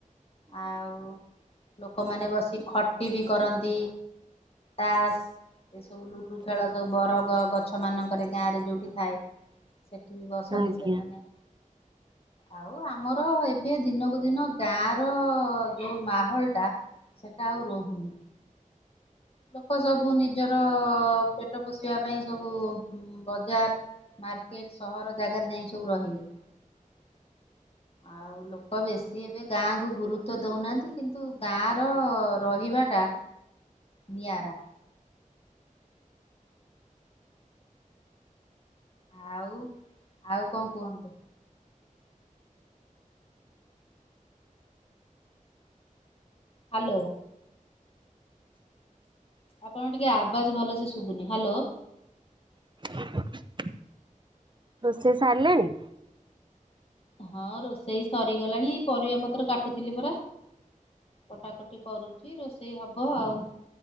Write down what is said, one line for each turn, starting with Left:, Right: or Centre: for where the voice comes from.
Left: ଆଉ ଲୋକମାନେ ବସି ଖଟି ବି କରନ୍ତି ତାସ୍ ଏସବୁ ଲୁଡୁ ଖେଳ ସବୁ, ବର ଗ ଗଛ ମାନ ଥରେ ଗାଁରେ ଯଉଠି ଥାଏ ସେଠି ବି ବସନ୍ତି
Right: ଆଜ୍ଞା
Left: ସେମାନେ। ଆଉ ଆମର ଏବେ ଦିନକୁ ଦିନ ଗାଁ -ର ଯୋଉ ମାହୋଲ ଟା ସେଟା ଆଉ ରହୁନି। ଲୋକ ସବୁ ନିଜର ପେଟ ପୋଷିବା ପାଇଁ ସବୁ ବଜାର୍ ମାର୍କେଟ୍ ସହର ଜାଗାରେ ଯାଇଁ ସବୁ ରହିଲେ। ଆଉ ଲୋକ ବେଶୀ ଏବେ ଗାଁକୁ ଗୁରୁତ୍ୱ ଦଉନାହାନ୍ତି, କିନ୍ତୁ ଗାଁର ରହିବାଟା ନିଆରା। ଆଉ, ଆଉ କଣ କୁହ। ହାଲୋ। ଆପଣଙ୍କ ଟିକେ ଆବାଜ୍ ଭଲସେ ଶୁଭୁନି, ହାଲୋ।
Right: <inaudible> ରୋଷେଇ ସାରିଲେଣି?
Left: ହଁ ରୋଷେଇ ସରିଗଲାଣି, ପରିବା ପତ୍ର କାଟୁଥିଲି ପରା। କଟାକଟି କରୁଚି, ରୋଷେଇ ହବ ଆଉ।